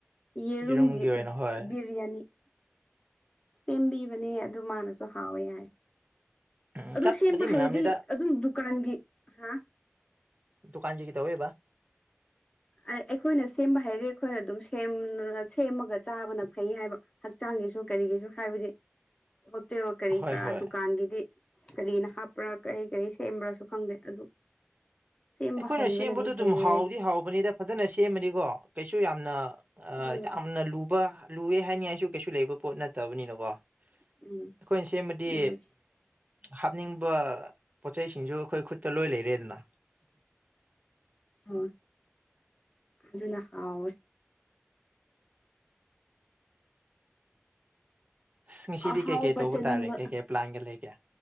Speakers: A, on the left; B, on the right.
A: ꯌꯦꯔꯝꯒꯤ
B: ꯌꯦꯔꯨꯝꯒꯤ ꯑꯣꯏꯅ ꯍꯣꯏ
A: ꯕꯤꯔꯌꯥꯅꯤ ꯁꯦꯝꯕꯤꯕꯅꯦ ꯑꯗꯨ ꯃꯥꯅꯁꯨ ꯍꯥꯎꯋꯦ ꯌꯥꯏ
B: ꯎꯝ
A: ꯑꯗꯨ
B: ꯆꯞꯄꯨꯗꯤ
A: ꯁꯦꯝꯕ ꯍꯩꯔꯗꯤ
B: ꯃꯅꯝꯅꯤꯗ
A: ꯑꯗꯨꯝ ꯗꯨꯀꯥꯟꯒꯤ ꯍꯥ
B: ꯗꯨꯀꯥꯟ ꯆꯒꯤ ꯇꯧꯋꯦꯕꯕꯥ
A: ꯑꯩꯈꯣꯏꯅ ꯁꯦꯝꯕ ꯍꯥꯏꯔꯦ ꯑꯩꯈꯣꯏꯅ ꯑꯗꯨꯝ ꯁꯦꯝꯃꯒ ꯆꯥꯕꯅ ꯐꯩ ꯍꯥꯏꯕ ꯍꯛꯆꯥꯡꯒꯤꯁꯨ ꯀꯔꯤꯒꯤꯁꯨ ꯍꯥꯏꯕꯗꯤ ꯍꯣꯇꯦꯜ ꯀꯔꯤ
B: ꯍꯣꯏ
A: ꯀꯔꯥ
B: ꯍꯣꯏ
A: ꯗꯨꯀꯥꯟꯒꯤꯗꯤ ꯀꯔꯤꯅ ꯍꯥꯞꯄ꯭ꯔꯥ ꯀꯔꯤ ꯀꯔꯤ ꯁꯦꯝꯕ꯭ꯔꯥꯁꯨ ꯈꯪꯗꯦ ꯑꯗꯨ ꯁꯦꯝꯕ
B: ꯑꯩꯈꯣꯏꯅ
A: ꯍꯩꯕꯅꯗꯤ
B: ꯁꯦꯝꯕꯗ ꯑꯗꯨꯝ
A: ꯐꯩꯌꯦ
B: ꯍꯥꯎꯗꯤ ꯍꯥꯎꯕꯅꯤꯗ ꯐꯖꯅ ꯁꯦꯝꯃꯅꯤꯀꯣ ꯀꯩꯁꯨ ꯌꯥꯝꯅ
A: ꯍꯣꯏ
B: ꯌꯥꯝꯅ ꯂꯨꯕ ꯂꯨꯑꯦ ꯍꯥꯏꯅꯤꯉꯥꯏꯁꯨ ꯀꯩꯁꯨ ꯂꯩꯕ ꯄꯣꯠ ꯅꯠꯇꯕꯅꯤꯅꯀꯣ ꯑꯩꯈꯣꯏꯅ
A: ꯎꯝ
B: ꯁꯦꯝꯃꯗꯤ
A: ꯃꯥꯅꯦ
B: ꯍꯥꯞꯅꯤꯡꯕ ꯄꯣꯠꯆꯩꯁꯤꯡꯁꯨ ꯑꯩꯈꯣꯏ ꯈꯨꯠꯇ ꯂꯣꯏ ꯂꯩꯔꯦꯗꯅ
A: ꯑꯣ ꯑꯗꯨꯅ ꯍꯥꯎ
B: ꯑꯁ ꯉꯁꯤꯗꯤ
A: ꯑꯍꯥꯎꯕ
B: ꯀꯩ ꯀꯩ ꯇꯧꯕ
A: ꯆꯥꯅꯤꯡꯕ
B: ꯇꯥꯔꯦ ꯀꯩ ꯀꯩ ꯄ꯭ꯂꯥꯟꯒ ꯂꯩꯒꯦ